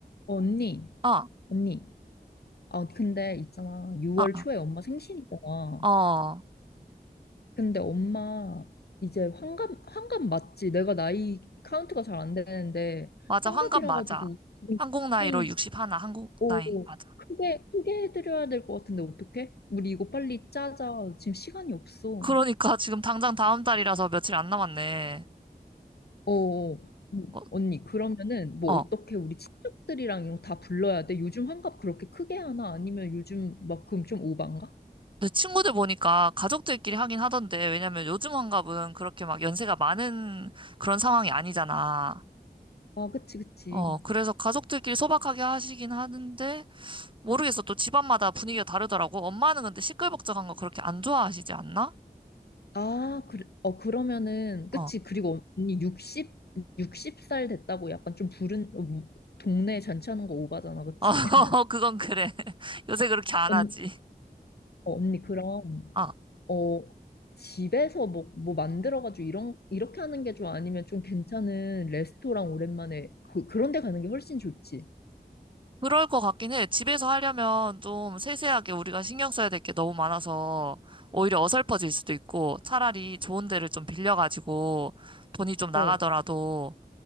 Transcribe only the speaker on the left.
언니,
언니. 아, 근데 있잖아. 6월
초에 엄마 생신이잖아.
근데 엄마 이제 환갑, 환갑 맞지? 내가 나이 카운트가 잘 안 되는데,
환갑이라
가지고
지금
오,
크게, 크게 해드려야 될 것 같은데, 어떡해? 우리 이거 빨리 짜자. 지금 시간이 없어.
어, 어. 음,
언니, 그러면은 뭐
어떻게 우리 친척들이랑 이런 거 다 불러야 돼? 요즘 환갑 그렇게 크게 하나? 아니면 요즘 막 그럼 좀 오반가?
아, 그치, 그치.
아, 그래, 어, 그러면은, 그치.
그리고 언니 60, 60살 됐다고 약간 좀 부른, 어, 뭐, 동네 잔치하는 거 오바잖아. 그치.
<laughs>
언,
어, 언니, 그럼,
어, 집에서 뭐, 뭐 만들어가지고 이런, 이렇게 하는 게 좀 아니면 좀 괜찮은 레스토랑 오랜만에 그, 그런 데 가는 게 훨씬 좋지.
어,